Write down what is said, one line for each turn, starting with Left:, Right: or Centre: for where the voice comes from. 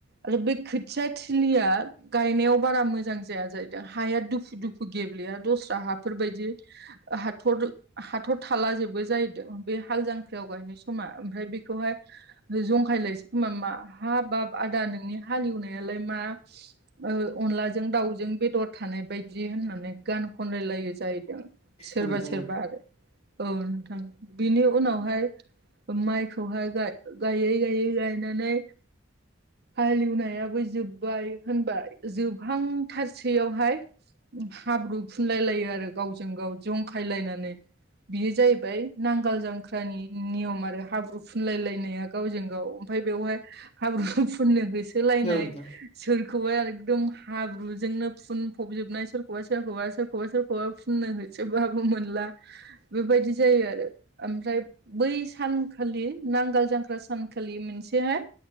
Right: आरो बे खोथिया थिलिया गायनायाव बारा मोजां जाया जाहैदों हाया दुफु दुफु गेब्लेया दस्रा हाफोरबायदि ओ हाथर हाथर थाला जोबो जाहैदों बे हाल जांख्रायाव गायनाय समा ओमफ्राय बेखौहाय जंखायलायसै खोमा मा हाबाब आदा नोंनि हालेवनायालाय मा ओ अनलाजों दाउजों बेदर थानाय बायदि होननानै गान खनलायलायो जाहैदों। सोरबा
Left: औ नोंथां
Right: सोरबा
Left: औ
Right: आरो औ नोंथां बिनि उनावहाय ओ माइखौहाय गा-गायै गायै गायनानै हालेवनायाबो जोबबाय होनबा जोबहां थारसैयावहाय हाब्रु फुनलाय लायो आरो गावजों गाव जंखायलायनानै बियो जाहैबाय नांगाल जांख्रानि नियम आरो हाब्रु फुनलायलायनाया। गावजों गाव ओमफाय बेवहाय हाब्रु फुननो होसोलायनाय
Left: औ नोंथां
Right: सोरखौहाय आरो एकदम हाब्रुजोंनो फुनफबजोबनाय सोरखौबा सोरखौबा सोरखौबा सोरखौबा फुननो हो सोबाबो मोनला बेबायदि जायो आरो ओमफ्राय बै सानखालि नांगाल जांख्रा सानखालि मोनसेहाय